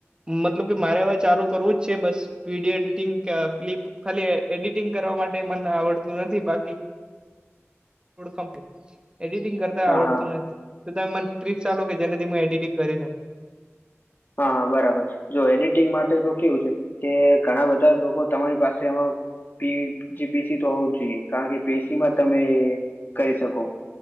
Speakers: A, on the right; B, on the left.
A: મતલબ કે મારે હવે ચાલુ કરવું જ છે બસ વિીડીયો એડિટિંગ ક્લિપ ખાલી એડિટિંગ કરવા માટે મને આવડતું નથી બાકી થોડ કંપની <inaudible> એડિટિંગ કરતા
B: હા
A: આવડતું
B: હા
A: નથી તો તમે મને ટ્રીપ ચાલો કે જેનાથીું એડિટિંગ કરી શકું.
B: હાા બરાબર જો એડિટિંગ માટે તો કેવું છે. કે ઘણા બધા લોકો તમારી પાસે એમાં પી જે પીસી તો હોવું જ જોઈએ કારણ કે પીસી માં તમે કરી શકો.